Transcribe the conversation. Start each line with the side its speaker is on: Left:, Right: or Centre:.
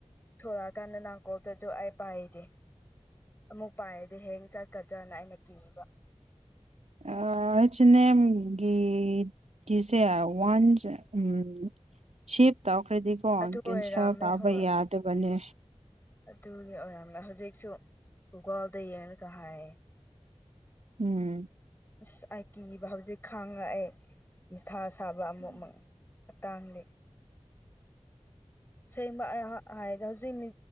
Left: ꯊꯣꯂꯛꯑꯀꯥꯟꯗ ꯅꯪ ꯀꯣꯜ ꯇꯧꯌꯤꯗꯨ ꯑꯩ ꯄꯥꯏꯗꯦ ꯑꯃꯨꯛ ꯄꯥꯏꯔꯗꯤ ꯍꯦꯡ ꯆꯠꯀꯗ꯭ꯔꯅ ꯑꯩꯅ ꯀꯤꯕ
Right: ꯑꯩꯁ ꯑꯅꯦꯝꯒꯤ ꯀꯤꯁꯦ ꯋꯥꯟꯁ ꯎꯝ ꯁꯤꯞ ꯇꯧꯈ꯭ꯔꯗꯤꯀꯣ
Left: ꯑꯗꯨ
Right: ꯀꯦꯟꯁꯦꯜ
Left: ꯑꯣꯏꯔꯝꯃꯦ
Right: ꯇꯧꯕ
Left: ꯍꯣꯏ
Right: ꯌꯥꯗꯕꯅꯦ
Left: ꯑꯗꯨꯒꯤ ꯑꯣꯏꯔꯝꯃꯦ ꯍꯧꯖꯤꯛꯁꯨ ꯒꯨꯒꯜꯗ ꯌꯦꯡꯔꯒ ꯍꯥꯏꯌꯦ
Right: ꯎꯝ
Left: ꯑꯁ ꯑꯩ ꯀꯤꯕ ꯍꯧꯖꯤꯛ ꯈꯥꯡꯔꯛꯑꯦ ꯃꯊꯥ ꯁꯥꯕ ꯑꯃꯨꯛꯃꯛ ꯃꯇꯥꯡꯗꯤ ꯁꯦꯡꯕ ꯑꯩ ꯍꯥ ꯍꯥꯏꯗꯤ ꯍꯧꯖꯤꯛ